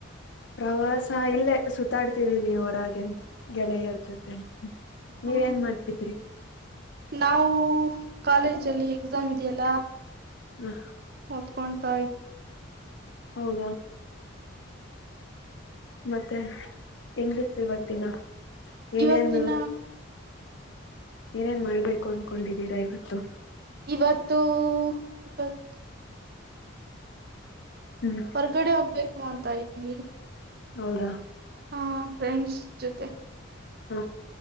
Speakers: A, on the left (about 60°); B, on the right (about 45°).
A: ಪ್ರವಾಸ ಇಲ್ಲೇ ಸುತ್ತಾಡ್ತಿದೀವಿ ಹೊರಗೆ ಗೆಳೆಯರ ಜೊತೆ ನೀವೇನ್
B: ಹೂ
A: ಮಾಡ್ತಿದ್ರಿ
B: ನಾವು ಕಾಲೇಜಲ್ಲಿ ಎಕ್ಸಾಮ್ ಇದೆಯಲ್ಲಾ
A: ಹ
B: ಓತ್ಕೊತಾ
A: ಹೌದಾ ಮತ್ತೆ ಹೆಂಗಿತ್ತು ಇವತ್ ದಿನ ಏನೇನ್
B: ಇವತ್ತಿನ
A: ಏನೇನ್ ಮಾಡ್ಬೇಕು ಅನ್ಕೊಂಡಿದ್ದೀರಾ ಇವತ್ತು
B: ಇವತ್ತು ಇವತ್ತು
A: ಹ್ಮ್
B: ಹೊರ್ಗಡೆ ಹೋಗ್ಬೇಕು ಅಂತ ಇದ್ವಿ
A: ಹೌದಾ
B: ಹಾ ಫ್ರೆಂಡ್ಸ್ ಜೊತೆ
A: ಹೂ